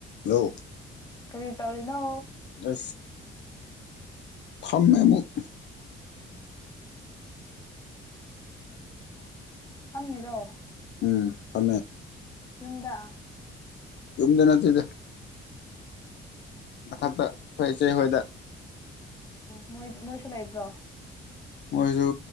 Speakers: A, on the left; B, on the left.
A: ꯅ
B: ꯀꯔꯤ ꯇꯧꯔꯤꯅꯣ
A: ꯑ ꯐꯝꯃꯦ ꯑꯃꯨꯛ
B: ꯐꯝꯃꯤꯔꯣ
A: ꯎ ꯐ
B: ꯌꯨꯝꯗ
A: ꯌꯝꯗ ꯅꯠꯇꯗ ꯃꯊꯛꯇ ꯑꯩꯈꯣꯏ ꯏꯆꯦꯍꯣꯏꯗ
B: ꯎꯝꯣꯏ ꯃꯣꯏꯁꯨ ꯂꯩꯕ꯭ꯔꯣ
A: ꯃꯣꯏꯁꯨ